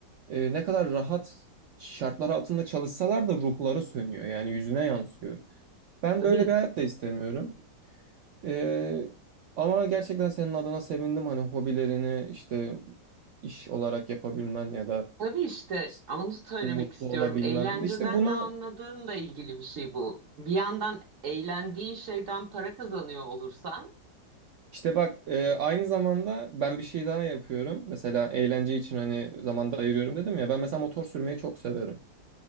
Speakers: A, on the right (about 85°); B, on the right (about 55°).
A: e, ne kadar rahat şartlar altında çalışsalar da ruhları sönüyor yani yüzüne yansıyor. Ben
B: Tabii.
A: böyle bir hayat da istemiyorum. Ee, ama gerçekten senin adına sevindim hani hobilerini işte iş olarak yapabilmen ya da
B: Tabii işte
A: s-
B: onu söylemek
A: mutlu
B: istiyorum.
A: olabilmen.
B: Eğlenceden
A: Ve işte bunu
B: ne anladığınla ilgili bir şey bu. Bir yandan eğlendiğin şeyden para kazanıyor olursan
A: işte bak e, aynı zamanda ben bir şey daha yapıyorum. Mesela eğlence için hani zamanda ayırıyorum dedim ya ben mesela motor sürmeyi çok severim.